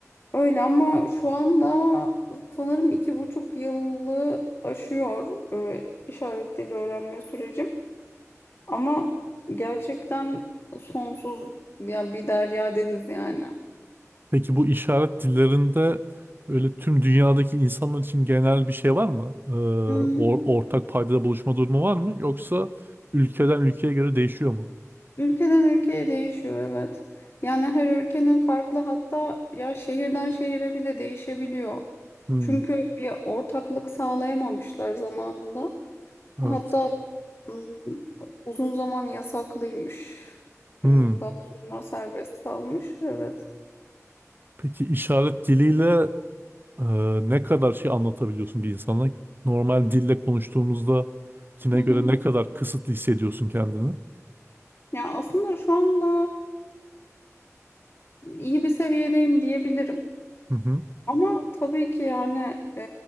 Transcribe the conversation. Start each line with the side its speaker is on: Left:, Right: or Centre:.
Left: Öyle ama şu anda sanırım iki buçuk yılı aşıyor e, işaret dili öğrenme sürecim. Ama gerçekten sonsuz ya bir derya deniz yani.
Right: Peki bu işaret dillerinde böyle tüm dünyadaki insanlar için genel bir şey var mı? Ee, or-
Left: Hmm.
Right: ortak paydada buluşma durumu var mı? Yoksa ülkeden ülkeye göre değişiyor mu?
Left: Ülkeden ülkeye değişiyor evet. Yani her ülkenin farklı hatta ya şehirden şehire bile değişebiliyor.
Right: Hmm,
Left: Çünkü bir ortaklık sağlayamamışlar zamanında.
Right: evet.
Left: Hatta ım, uzun zaman yasaklıymış.
Right: Hmm.
Left: Ee, Daha sonra serbest kalmış. Evet.
Right: Peki işaret diliyle e, ne kadar şey anlatabiliyorsun bir insana? Normal dille konuştuğumuzda kine
Left: Hı hı.
Right: göre ne kadar kısıtlı hissediyorsun kendini?
Left: Ya aslında şu anda e, iyi bir seviyedeyim diyebilirim.
Right: Hı hı.
Left: Ama tabii ki yani e,